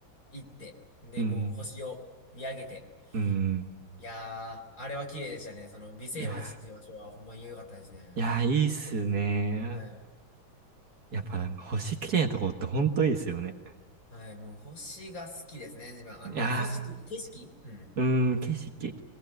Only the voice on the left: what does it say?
行って、で、
もう星を見上げて、
いやー、あれは綺麗でしたね。その、美星町っていう場所はほんまに良かったですね。
はい。
はい、もう星が好きですね、自分。あの、
まあ、星っていうか景色うん。